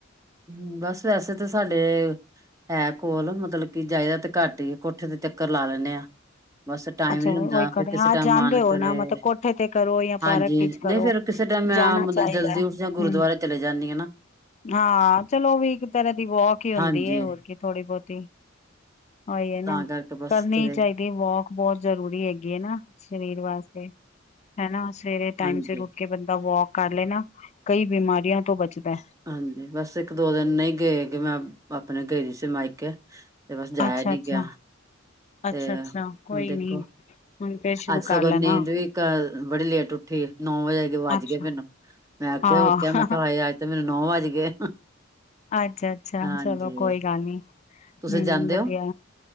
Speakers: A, on the right; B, on the left.
A: ਹੂ, ਬਸ ਵੈਸੇ ਤਾਂ ਸਾਡੇ ਹੈ ਕੋਲ ਮਤਲਬ ਕਿ ਜਾਇਦਾ ਤੇ ਘੱਟ ਹੀ ਕੋਠੇ ਤੇ ਚੱਕਰ ਲਾ ਲੈਂਦੇ ਆਂ। ਬਸ ਟਾਈਮ
B: ਅੱਛਾ
A: ਨੀ
B: ਉਹੀ
A: ਹੁੰਦਾ
B: ਕਰ
A: ਫੇਰ ਕਿਸੇ
B: ਹਾਂ
A: ਟਾਈਮ
B: ਜਾਂਦੇ
A: ਮਨ
B: ਹੋ
A: ਕਰੇ,
B: ਨਾ ਮਤਲਬ ਕੋਠੇ ਤੇ ਕਰੋ ਜਾਂ
A: ਹਾਂਜੀ।
B: ਪਾਰਕ ਵਿੱਚ ਕਰੋ
A: ਨਹੀਂ ਫੇਰ ਕਿਸੇ ਟਾਈਮ ਮੈਂ
B: ਜਾਣਾ
A: ਮਤਲਬ
B: ਚਾਹੀਦਾ
A: ਜਲਦੀ
B: ਹੈ।
A: ਉੱਠ ਜਾਂ ਗੁਰਦੁਆਰੇ
B: ਹਮ
A: ਚਲੇ ਜਾਂਦੀ ਹਨਾ।
B: ਹਾਂ। ਚਲੋ ਵੀ ਇੱਕ ਤਰ੍ਹਾਂ ਦੀ ਵੋਕ ਹੀ ਹੁੰਦੀ
A: ਹਾਂਜੀ
B: ਹੈ ਹੋਰ ਕੀ ਥੋੜੀ- ਬਹੁਤੀ। ਹੋਏ ਹੈ ਨਾ,
A: ਤਾਂ ਕਰਕੇ ਬਸ
B: ਕਰਨੀ
A: ਚਲੇ
B: ਹੀ ਚਾਹੀਦੀ ਵੋਕ ਬਹੁਤ ਜ਼ਰੂਰੀ ਹੈਗੀ ਹੈ ਨਾ ਸਰੀਰ ਵਾਸਤੇ। ਹਨਾ। ਸਵੇਰੇ ਟਾਈਮ
A: ਹਾਂਜੀ,
B: ਚ' ਰੋਟੀ ਕਿ ਬੰਦਾ ਵੋਕ ਕਰ ਲੈ ਨਾ, ਕਈ ਬਿਮਾਰੀਆਂ ਤੋਂ ਬਚਦਾ।
A: ਹਾਂਜੀ। ਬਸ ਇੱਕ- ਦੋ ਦਿਨ ਨਹੀਂ ਗਏ ਹੈਗੇ ਮੈਂ ਆਪਣੇ ਗਏ ਦੀ ਸੀ ਮਾਇਕੇ। ਤੇ ਬਸ ਜਾਇਆ
B: ਅੱਛਾ
A: ਨੀ
B: ਅੱਛਾ
A: ਗਿਆ।
B: ਅੱਛਾ
A: ਤੇ।
B: ਅੱਛਾ ਕੋਈ
A: ਹੁਣ ਦੇਖੋ
B: ਨੀ ਹੁਣ ਫੇਰ ਸ਼ੁਰੂ
A: ਅੱਜ ਸਗੋਂ
B: ਕਰ ਲੈਣਾ
A: ਨੀਂਦ ਵੀ ਅ ਬੜੀ ਲੇਟ ਉੱਠੀ। ਨੌ ਵਜੇ ਆ ਕੇ ਵੱਜ
B: ਅੱਛਾ
A: ਗਏ ਮੈਨੂੰ। ਮੈਂ ਅੱਗੇ
B: ਹਾਂ
A: ਕਿਹਾ ਮੈਂ ਕਿਹਾ ਹਾਏ ਅੱਜ ਤੇ ਮੈਨੂੰ ਨੌ ਵੱਜ ਗਏ।
B: ਅੱਛਾ- ਅੱਛਾ,
A: ਹਾਂਜੀ
B: ਚਲੋ ਕੋਈ ਗੱਲ ਨੀ
A: ਤੁਸੀਂ
B: ਹੂ
A: ਜਾਂਦੇ
B: ਵਧੀਆ।
A: ਹੋ